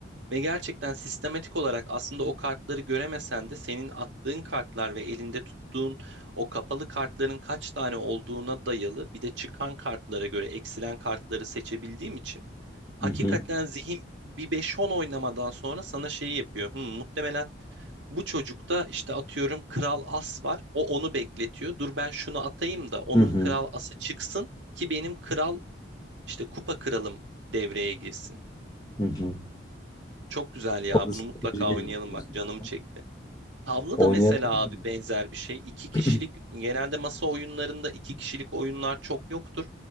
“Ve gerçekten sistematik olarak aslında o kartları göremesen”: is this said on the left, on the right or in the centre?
Right